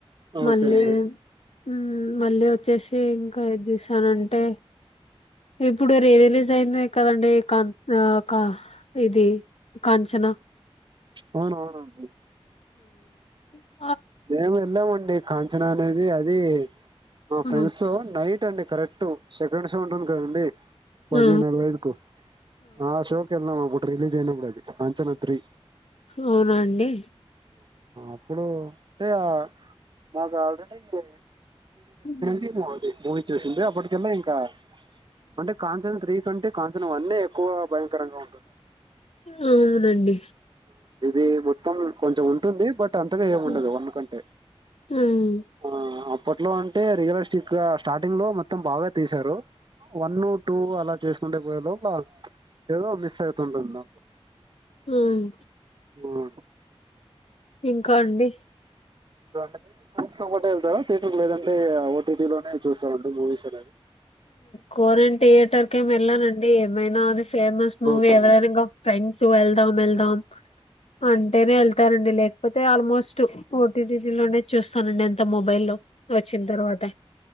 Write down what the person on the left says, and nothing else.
మళ్ళీ
ఉ మళ్ళీ వచ్చేసి ఇంకా ఏది చూసానంటే ఇప్పుడు రీ రిలీజ్ అయింది కదండి కాన్ కా ఇది కాంచనా
ఆ
ఆ,
ఆ,
అవునాండి
మ్,
అవునండి
మ్,
మ్,
హ్మ్
ఇంకా అండి
కోరియన్ థియేటర్ కి వెళ్ళానండి ఏమైనా అది ఫేమస్ మూవీ
ఎవరైనా ఇంకా ఫ్రెండ్స్ సో వెళ్దాం వెళ్దాం అంటేనే వెళ్తారండి లేకపోతే ఆల్మోస్ట్ ఓటీటీటీ లోనే చూస్తానండి అంత మొబైల్ లో వచ్చిన తర్వాత